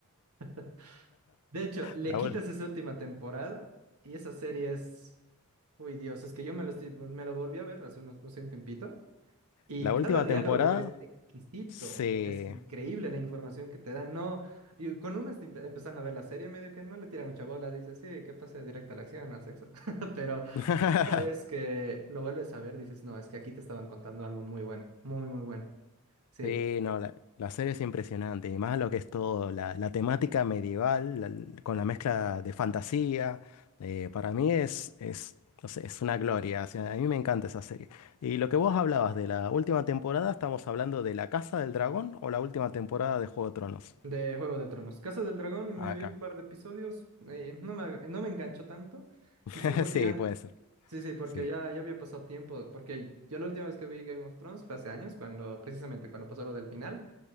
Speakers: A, on the right; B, on the left.
A: <laughs> De hecho, le
B: la,
A: quitas
B: ul-
A: esa última temporada y esa serie es... Uy, Dios, es que yo me lo, estoy- me lo volví a ver hace unos, no sé, un tiempito y
B: la última
A: cada diálogo
B: temporada,
A: es exquisito,
B: sí.
A: es increíble la información que te dan. No, y cuando uno está empe- empezando a ver la serie, medio que no le tira mucha bola, dice, sí, que pase directa a la acción, al sexo. <laughs> Pero
B: <laughs>
A: una vez que lo vuelves a ver, dices, no, es que aquí te estaban contando algo muy bueno, muy, muy bueno. Sí.
B: Sí, no, la, la serie es impresionante, y más lo que es todo, la, la temática medieval, la- con la mezcla de fantasía, eh, para mí es, es, no sé, es una gloria, o sea, a mí me encanta esa serie. Y lo que vos hablabas de la última temporada, ¿estamos hablando de La Casa del Dragón o la última temporada de Juego de Tronos?
A: De Juego de Tronos. Casa del Dragón me
B: Acá.
A: vi un par de episodios, eh, no me, aga- no me enganchó tanto,
B: <laughs>
A: quizá porque
B: Sí,
A: ya,
B: puede ser,
A: sí, sí, porque
B: sí.
A: ya, ya había pasado tiempo, porque yo la última vez que vi Game of Thrones fue hace años, cuando, precisamente cuando pasó lo del final,